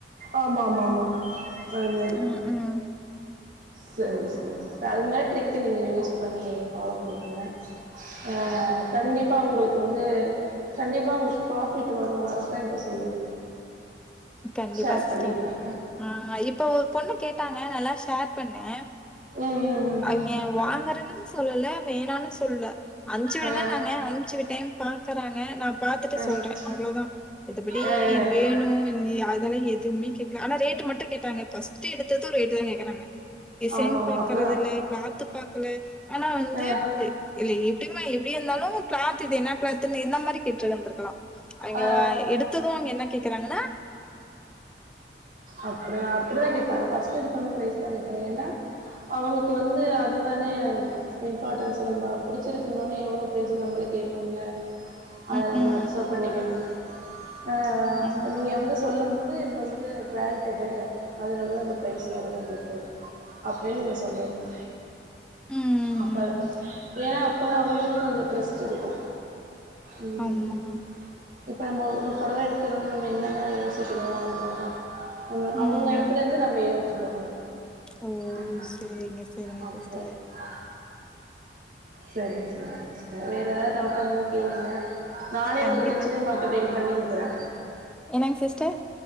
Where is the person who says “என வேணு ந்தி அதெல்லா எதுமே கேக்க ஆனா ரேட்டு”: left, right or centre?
Centre